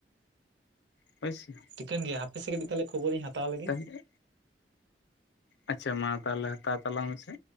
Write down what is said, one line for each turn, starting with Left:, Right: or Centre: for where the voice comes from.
Left: ᱦᱳᱭᱥᱮ
Right: ᱴᱷᱤᱠᱟᱹᱱ ᱜᱮᱭᱟ ᱦᱟᱯᱮ ᱥᱮ ᱠᱟᱹᱴᱤᱡ ᱛᱟᱦᱚᱞᱮ ᱠᱷᱚᱵᱚᱨᱤᱧ ᱦᱟᱛᱟᱣ ᱞᱮᱜᱮ᱾
Left: ᱛᱟᱦᱚᱞᱮ ᱟᱪᱪᱷᱟ ᱢᱟ ᱛᱟᱦᱚᱞᱮ ᱦᱟᱛᱟᱣ ᱛᱟᱞᱟᱝ ᱢᱮᱥᱮ᱾